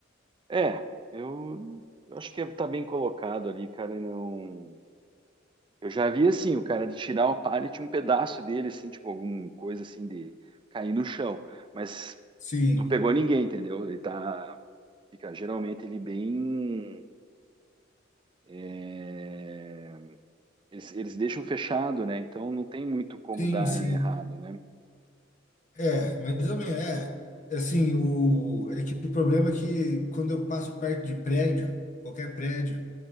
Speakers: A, on the right; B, on the left.
A: É, eu, eu acho que tá bem colocado ali, cara, e não. Eu já vi, assim, o cara de tirar o pallet, um pedaço dele, assim, tipo, alguma coisa, assim, de cair no chão. Mas
B: Sim,
A: não pegou ninguém, entendeu? Ele tá. Fica geralmente ele bem. É, eles, eles deixam fechado, né? Então não tem muito como
B: sim,
A: dar
B: sim.
A: errado, né?
B: É, mais ou menos, é. Assim, o, é que o problema é que quando eu passo perto de prédio, qualquer prédio,